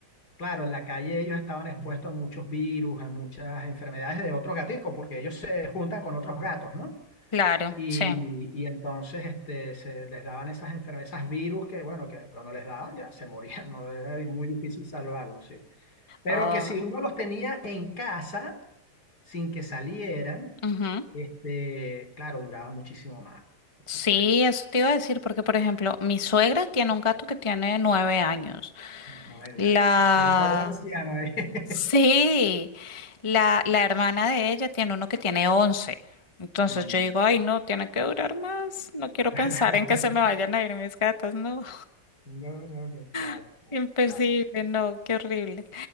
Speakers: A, on the left (about 65°); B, on the left (about 20°).
A: Claro, en la calle ellos estaban expuestos a muchos virus, a muchas enfermedades de otros gaticos, porque ellos se juntan con otros gatos, ¿no?
B: claro,
A: Y,
B: sí.
A: y entonces este, se les daban esas enfermedades, esas virus que, bueno, que cuando les daban ya se morían, <laughs> ¿no? Era muy difícil salvarlos, sí. Pero
B: Oh,
A: que si uno los tenía en casa sin que salieran,
B: ujú.
A: este, claro, duraba muchísimo más, por
B: Sí,
A: supuesto.
B: eso te iba a decir, porque por ejemplo, mi suegra tiene un gato que tiene nueve años.
A: Imagínate,
B: La...
A: <laughs> soy un pobre anciano ahí. <laughs>
B: Sí, la, la hermana de ella tiene uno que tiene once Entonces
A: Mm.
B: yo digo, ay, no, tiene que durar más. No quiero
A: <laughs>
B: pensar en que se me vayan a ir mis gatas. No,
A: No, no, que claro,
B: <laughs>
A: claro.
B: imposible,
A: claro.
B: no, qué horrible.